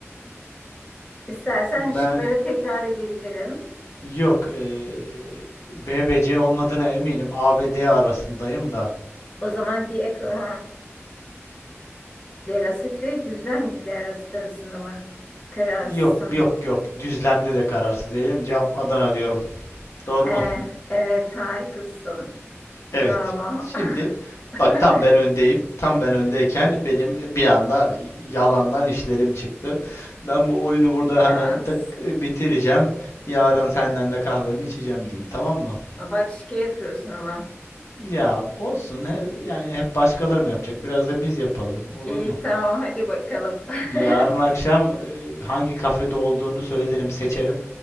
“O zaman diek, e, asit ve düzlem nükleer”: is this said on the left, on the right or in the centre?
Left